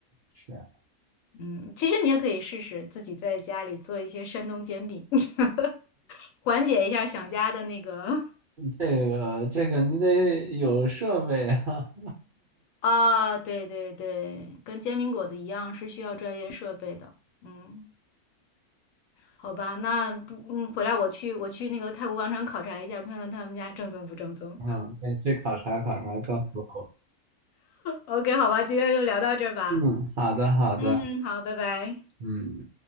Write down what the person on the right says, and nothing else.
是啊
这个这个你得有设备啊。
嗯，可以去考察考察，告诉我。
嗯，好的好的，
嗯。